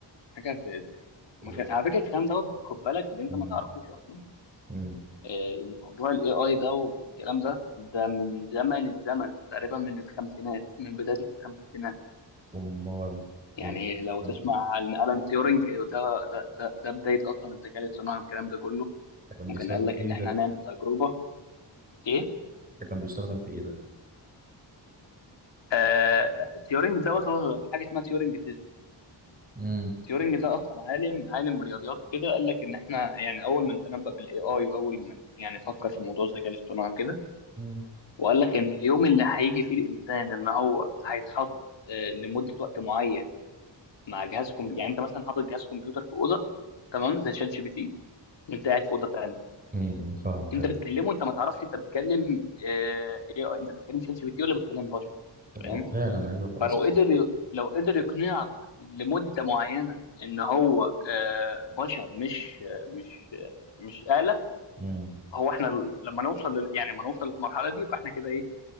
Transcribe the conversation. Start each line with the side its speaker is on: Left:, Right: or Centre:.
Left: حاجه بت-
Right: و-
Left: ما كان- على فكره الكلام دوت خد بالك اللي انت
Right: مم.
Left: ما تعرفوش اصلا
Right: مم.
Left: آه، موضوع الاي اي ده والكلام ده ده من زمن الزمن تقريبا من الخمسينات من بداية الخمسينات
Right: امال
Left: يعني
Right: ليه
Left: لو تسمع
Right: آه.
Left: عن ألان تيورينج ده ده ده, ده بداية أصلا الذكاء الاصطناعي والكلام ده كله
Right: ده كان
Left: ممكن
Right: بيستخدم
Left: قال لك
Right: في
Left: إن
Right: ايه
Left: إحنا
Right: ده
Left: هنعمل تجربة إيه
Right: ده كان بيستخدم في ايه ده
Left: آه تيورينج دوت هو في حاجة اسمها تيورينج تيست
Right: مم.
Left: تيورينج ده أصلا عالم عالم رياضيات وكده قال لك إن إحنا يعني أول من تنبأ بالإي آي وأول من يعني فكر في موضوع الذكاء الاصطناعي وكده
Right: مم.
Left: وقال لك ان اليوم اللي هيجي فيه الانسان ان هو هيتحط آه، لمده وقت معين مع جهاز كمبيوتر يعني انت مثلا حاطط جهاز كمبيوتر في اوضه تمام زي شات جي بي تي وانت قاعد في اوضه تانيه
Right: مم. فاهمك
Left: انت
Right: ايوه
Left: بتكلمه انت ما تعرفش انت بتكلم آه، ايه انت بتكلم شات جي بي تي ولا بتكلم بشر
Right: طب
Left: فاهم
Right: ما هو فعلا ايوه خلاص
Left: فلو قدر لو قدر يقنعك لمده معينه ان هو آه، بشر مش آه، مش آه، مش آلة
Right: مم.
Left: هو احنا لما نوصل لل- يعني لما نوصل للمرحله دي يبقى احنا كده ايه